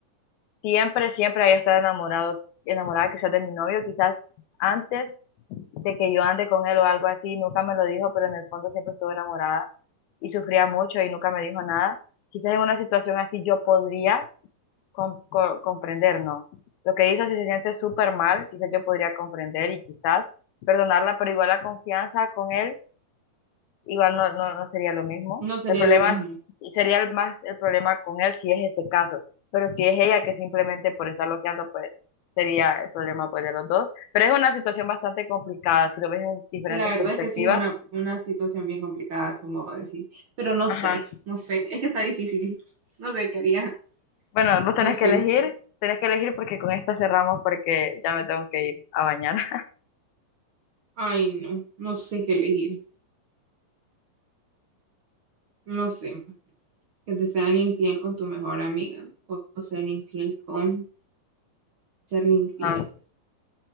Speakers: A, on the left; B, on the right.
A: siempre, siempre haya estado enamorado, enamorada quizás de mi novio, quizás antes de que yo ande con él o algo así, nunca me lo dijo, pero en el fondo siempre estuve enamorada y sufría mucho y nunca me dijo nada. Quizás en una situación así yo podría com- co- comprender, ¿no? Lo que hizo, si se siente súper mal, quizás yo podría comprender y quizás perdonarla, pero igual la confianza con él igual no, no, no sería lo mismo.
B: no sería
A: El problema
B: la misma.
A: sería el más el problema con él si es ese caso, pero si es ella que simplemente por estar bloqueando, pues sería el problema pues, de los dos. Pero es una situación bastante complicada si lo ves en diferentes
B: Sí, la verdad
A: perspectivas.
B: es que sí es una, una situación bien complicada, como decir, pero no
A: Ajá.
B: sé, no sé, es que está difícil, no sé qué haría,
A: Bueno, vos
B: no
A: tenés
B: sé,
A: que elegir, tenés que elegir porque con esta cerramos porque ya me tengo que ir a bañar. <laughs>
B: ay no, no sé qué elegir, no sé, que te sean infiel con tu mejor amiga, o o ser infiel con Serle infiel.
A: Ah,